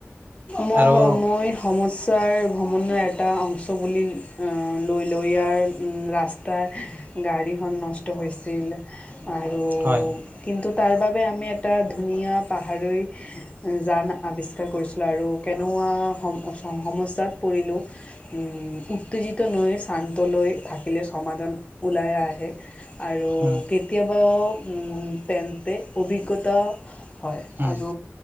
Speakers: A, on the left (about 25°); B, on the right (about 40°).
A: ম
B: আৰু
A: মই সমস্যাৰ ভ্ৰমণৰ এটা অংশ বুলি লৈ লওঁ ইয়াৰ ৰাস্তা গাড়ীখন নষ্ট হৈছিল আৰু
B: হয়
A: কিন্তু তাৰ বাবে আমি এটা ধুনীয়া পাহাৰৈ জানা আৱিষ্কাৰ কৰিছিলোঁ আৰু কেনোৱা সম সমস্যাত পৰিলোঁ উম, উত্তেজিত নৈয় শান্ত লৈ থাকিলে সমাধান ওলাই আহে। আৰু
B: উম
A: কেতিয়াবা পেণ্টে অভিজ্ঞতা, হয়
B: উম
A: আৰু